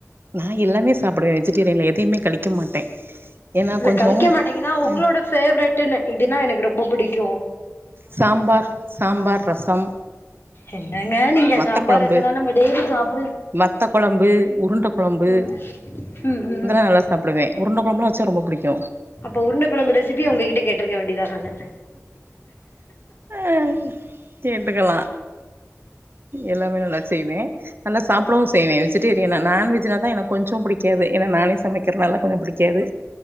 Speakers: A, on the right (about 45°); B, on the left (about 45°).
A: நா எல்லாமே சாப்டுவே வெஜிடேரியன்ல எதையுமே கழிக்க மாட்டே ஏன்னா
B: இல்ல
A: கொஞ்சோ
B: கழிக்க மாட்டீங்கன்னா உங்களோட
A: அ
B: பேவரெட்ன்னு இதுன்னா எனக்கு ரொம்ப புடிக்கு
A: சாம்பார் சாம்பார் ரசம்
B: என்னங்க நீங்க
A: வத்த
B: சாம்பார்
A: கொழம்பு
B: ரசம்ல்லா நம்ப டெய்லி சாப்
A: வத்த கொழம்பு உருண்ட கொழம்பு
B: ம் ம் ம்
A: இதெல்லா
B: ம்
A: நல்லா சாப்டுவே உருண்ட கொழம்பல வச்ச ரொம்ப புடிக்கு
B: அப்ப உருண்ட கொழம்பு ரெசிபி உங்ககிட்ட கேட்டிருக்க வேண்டிதா நானு
A: அ கேட்டுக்கலா எல்லாமே நல்லா செய்வே நல்லா சாப் டவு செய்வே வெஜ்டரியனா நான்வெஜ்னாதா எனக்கு கொஞ்சோ புடிக்காது ஏனா நானே சமைக்கிறனாலா கொஞ்சோ பிடிக்காது